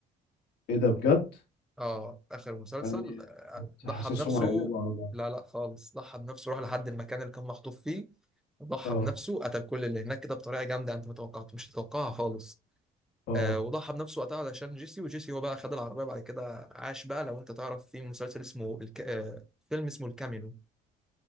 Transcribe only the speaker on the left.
ايه ده بجد
يعني
كنت
حاسسهم
هيقلبوا على بعض
اه
اه